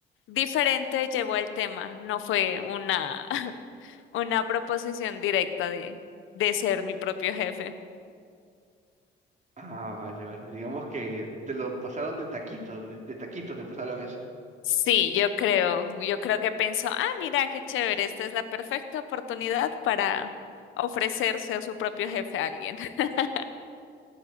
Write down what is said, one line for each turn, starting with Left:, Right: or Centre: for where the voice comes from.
Left: diferente llevó el tema, no fue una, <laughs> una proposición directa de, de ser mi propio jefe.
Right: Ah, vale, vale. Digamos que te lo pasaron de taquito, de, de taquito te pasaron eso.
Left: Sí, yo creo, yo creo que pensó, ah, mira, qué chévere, esta es la perfecta oportunidad para ofrecerse a su propio jefe a alguien. <laughs>